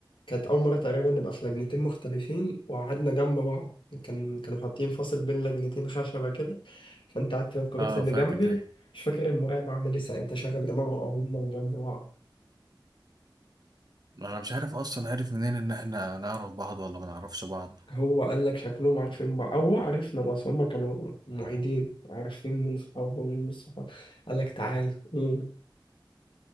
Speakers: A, on the left; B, on the right.
A: كانت اول مره تقريبا نبقى في لجنتين مختلفين وقعدنا جنب بعض كان كانوا حاطين فاصل بين لجنتين خشبه كده فانت قعدت في الكرسي
B: اه
A: اللي
B: فاكر
A: جنبي
B: ده
A: مش فاكر المراقب عمل ايه ساعتها شغل دماغه او هما جنب بعض
B: انا مش عارف اصلا عارف منين ان احنا نعرف بعض ولا ما نعرفش بعض
A: هو قال لك شكلهم عارفين بعض هو عرفنا بس هم كانوا معيدين عارفين مين صحابه ومين مش صحابه قال لك تعالى مم.